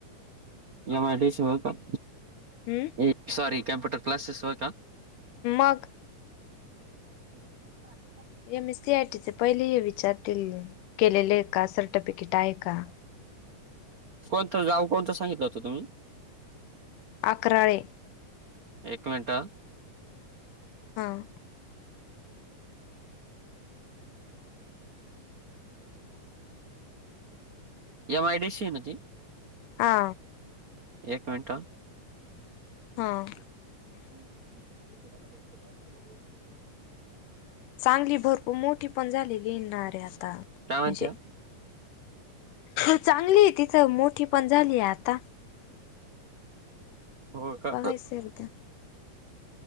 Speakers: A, on the right; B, on the left.
A: या मा सव का.
B: हम्म.
A: अ सॉरी कॉम्प्युटर क्लासेस होता.
B: मग.
A: <inaudible>
B: या मी सी आय टीचे पहिले विचारतील केलेले का सर्टिफिकेट आहे का?
A: कोणतं जाऊ कोणतं सांगितलं होतं तुम्ही?
B: अकराळे.
A: एक मिनट.
B: हम्म
A: <inaudible> <inaudible> एमआयडीसी आहे ना ती?
B: हा.
A: एक मिनिट.
B: हां.
A: <unintelligible> <unintelligible>
B: सांगली भरपूर मोठी पण झालेली येणारे आता म्हणजे.
A: काय म्हणत्या
B: चांगली आहे तिथं मोठी पण झाली आहे आता.
A: हो का.
B: बघायचं एकदा